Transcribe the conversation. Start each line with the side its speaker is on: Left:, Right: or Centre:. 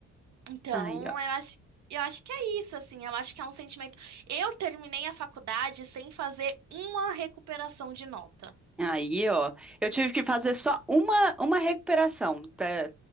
Right: Então,
Centre: Aí, ó.
Right: eu acho, eu acho que é isso, assim, eu acho que é um sentimento. Eu terminei a faculdade sem fazer uma recuperação de nota.
Centre: Aí, ó, eu tive que fazer só uma, uma recuperação da,